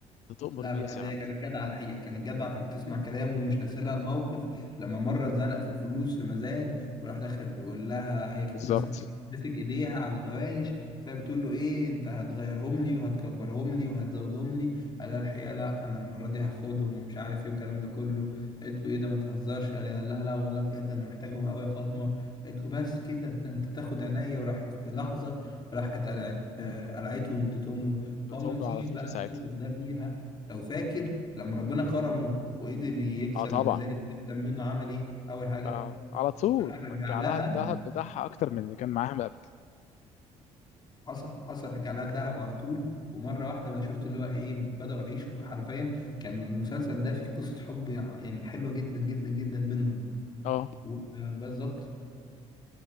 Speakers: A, on the left; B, on the left.
A: انت تؤمر
B: لا
A: بي
B: بجد
A: يا سي عبد
B: هي كانت جدعة الحقيقة كانت جدعة كانت بتسمع كلامه ومش ناسيلها الموقف لما مرة اتزنق في الفلوس في مزاد وراح دخل بيقول لها هي كانت
A: بالظبط
B: ماسك مسك ايديها على الغوايش فهي بتقول له ايه انت هتغيرهم لي وهتكبرهم لي وهتزودهم لي قال لها الحقيقة لا انا المرة دي هاخدهم ومش عارف ايه والكلام ده كله قالت له ايه ده ما تهزرش قال قال لها لا والله بجد انا محتاجهم قوي يا فاطمة قالت له بس كده ده انت تاخد عينيا وراحت في لحظة راحت قلعت آه، قلعتهم واديتهم له فهو
A: بتقوم
B: ما نسيش
A: له على طول
B: بقى
A: في ساعتها
B: الموقف ده ليها لو فاكر لما ربنا كرمه وقدر يكسب
A: اه طبعا
B: الميزان ويحسن منه عمل ايه اول حاجه
A: آه على طول
B: راح رجع
A: رجع
B: لها
A: لها الذهب بتاعها اكتر من اللي كان معاها من قبل كده.
B: حصل حصل رجع لها الذهب على طول ومره واحده بقى شفت اللي هو ايه بداوا يعيشوا حرفيا كان المسلسل ده فيه قصه حب يعني حلوه جدا جدا جدا بينهم
A: اه
B: و- بالظبط